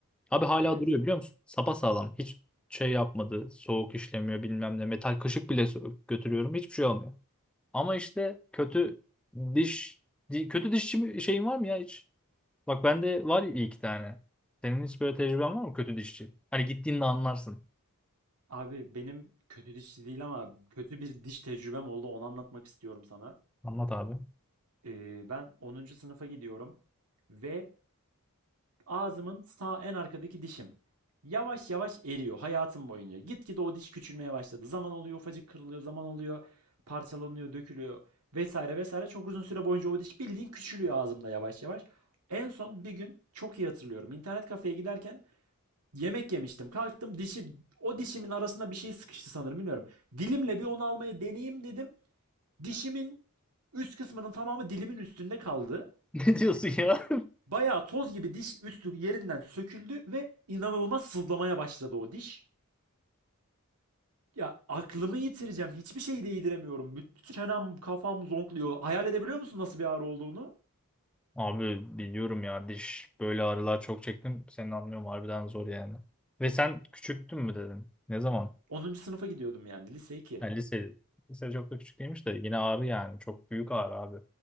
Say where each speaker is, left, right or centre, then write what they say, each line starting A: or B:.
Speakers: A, in the centre; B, on the right.
A: Abi hala
B: Evet.
A: duruyor biliyor musun? Sapasağlam. Hiç şey yapmadı. Soğuk işlemiyor bilmem ne. Metal kaşık bile so- götürüyorum. Hiçbir şey olmuyor. Ama işte kötü diş di- kötü dişçi mi- şeyin var mı ya hiç? Bak bende var iyi iki tane. Senin hiç böyle tecrüben var mı kötü dişçi? Hani gittiğinde anlarsın.
B: Abi benim kötü dişçi değil ama kötü bir diş tecrübem oldu. Onu anlatmak istiyorum sana.
A: Anlat abi. <laughs>
B: Ee, ben onuncu sınıfa gidiyorum ve Ağzımın sağ en arkadaki dişim. Yavaş yavaş eriyor hayatım boyunca. Gitgide o diş küçülmeye başladı. Zaman oluyor, ufacık kırılıyor, zaman oluyor, parçalanıyor, dökülüyor vesaire vesaire. Çok uzun süre boyunca o diş bildiğin küçülüyor ağzımda yavaş yavaş. En son bir gün çok iyi hatırlıyorum. İnternet kafeye giderken yemek yemiştim. Kalktım dişi o dişimin arasında bir şey sıkıştı sanırım bilmiyorum. Dilimle bir onu almaya deneyeyim dedim. Dişimin üst kısmının tamamı dilimin üstünde kaldı.
A: Ne diyorsun ya?
B: Bayağı toz gibi diş üstü yerinden söküldü ve inanılmaz sızlamaya başladı o diş. Ya aklımı yitireceğim. Hiçbir şeyi değdiremiyorum. Bütün çenem, kafam zonkluyor. Hayal edebiliyor musun nasıl bir ağrı olduğunu?
A: Abi biliyorum ya diş böyle ağrılar çok çektim. Seni anlıyorum harbiden zor yani. Ve sen küçüktün mü dedin? Ne zaman?
B: Onuncu sınıfa gidiyordum yani lise 2.
A: Ha, lise. Lise çok da küçük değilmiş de yine ağrı yani. Çok büyük ağrı abi.